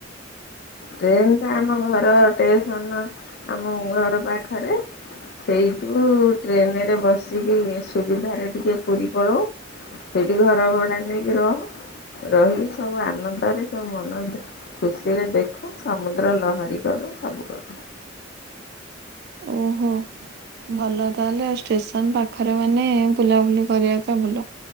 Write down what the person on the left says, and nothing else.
ଟ୍ରେନ୍ ଟା ଆମ ଘର ଷ୍ଟେସନ ଆମ ଘର ପାଖରେ। ସେଇଠୁ ଟ୍ରେନ୍ ରେ ବସିକି ସୁବିଧାରେ ଟିକେ ପୁରୀ ପଳଉ। ସେଠି ଘର ଭଡା ନେଇକି ରହୁ। ରହିିକି ସବୁ ଆନନ୍ଦରେ ସବୁ ମନ ଖୁସିରେ ଦେଖୁ, ସମୁଦ୍ର ଲହରୀ କରୁ, ସବୁ କରୁ।